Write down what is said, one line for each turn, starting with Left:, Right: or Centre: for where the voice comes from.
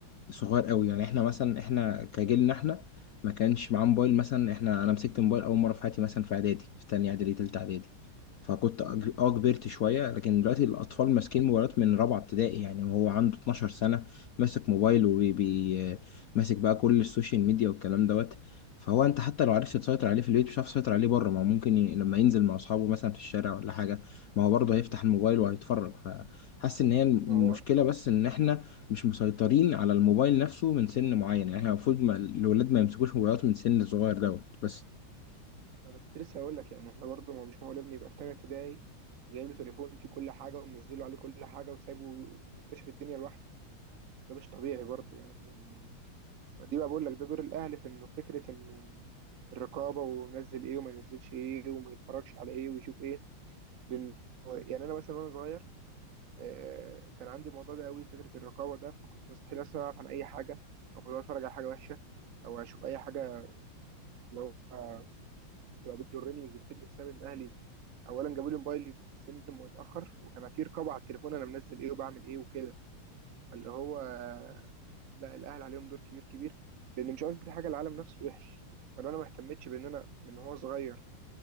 Left: صغير قوي يعني احنا مثلا احنا كجيلنا احنا ما كانش معاه موبايل مثلا احنا انا مسكت موبايل اول مره في حياتي مثلا في اعدادي في تانية اعدادي تالتة اعدادي فكنت أج- اه كبرت شويه لكن دلوقتي الاطفال ماسكين موبايلات من رابعه ابتدائي يعني وهو عنده 12 سنه ماسك موبايل وبي ماسك بقى كل السوشيال ميديا والكلام دوت فهو انت حتى لو عرفت تسيطر عليه في البيت مش عارف تسيطر عليه بره ما هو ممكن ي... لما ينزل مع اصحابه مثلا في الشارع ولا حاجه ما هو برضه هيفتح الموبايل وهيتفرج فحاسس ان هي المشكله
Right: ما هو
Left: بس ان احنا مش مسيطرين على الموبايل نفسه من سن معين يعني احنا المفروض ما... الولاد ما يمسكوش موبايلات من سن صغير دوت بس
Right: انا كنت لسه هقول لك يعني احنا برضو ما هو مش معقول ابني يبقى في تانية ابتدائي وجايب له تليفون فيه كل حاجه ومنزله عليه كل حاجه وسايبه يكتشف الدنيا لوحده ده مش طبيعي برضو يعني دي بقى بقول لك ده دور الاهل في انه فكره انه الرقابه ومنزل ايه وما ينزلش ايه وما يتفرجش على ايه ويشوف ايه لان يعني انا مثلا وانا صغير آه، كان عندي الموضوع ده قوي فكره الرقابه ده فكنت مستحيل اصلا اعرف عن اي حاجه او لو اتفرج على حاجه وحشه او اشوف اي حاجه لو آه، تبقى بتضرني مش بتفيدني بسبب ان اهلي اولا جابوا لي موبايلي في سن متاخر وكان في رقابه على التليفون انا منزل ايه وبعمل ايه وكده اللي هو آه، لا الاهل عليهم دور كبير كبير لان مش قصدي حاجه العالم نفسه وحش فلو انا ما اهتمتش بان انا من هو صغير